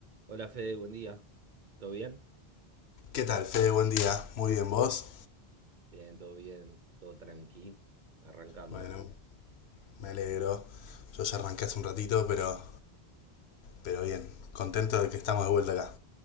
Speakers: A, on the right (about 50°); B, on the left (about 75°).
A: Hola Fede, buen día. ¿Todo bien?
B: ¿Qué tal, Fede? Buen día. Muy bien, ¿vos?
A: Bien, todo bien, todo tranqui, arrancando.
B: Bueno, me alegro. Yo ya arranqué hace un ratito, pero, pero bien. Contento de que estamos de vuelta acá.